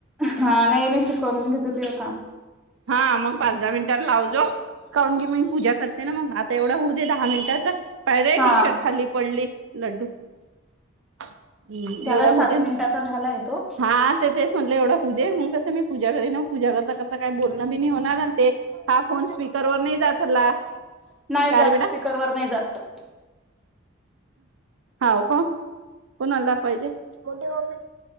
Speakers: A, in the centre; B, on the right (about 75°).
A: हा नाही नाही त करून घेतच तुझ काम
B: हा मग पाच दहा मिनटां लावजो काून की मी पूजा करते ना मग आता एवढा होऊ दे दहा मिनिटाचा पाहि रे
A: हा
B: टी शर्ट खाली पडली लड्डू हम्म
A: झाला
B: एवढा
A: सात
B: होत
A: मिनिटाचा झालाय तो
B: हा तेच म्हटले एवढा होद दे मग कसं मी पूजा करनग पूजा करता करता काही बोलणं बी नाही होणार ते हा फोन स्पीकर वर नाही जातला
A: नाही
B: का
A: जात
B: र बडा
A: स्पीकरवर नाही जात तो
B: होा का कोणा दख पाहिजेठ मी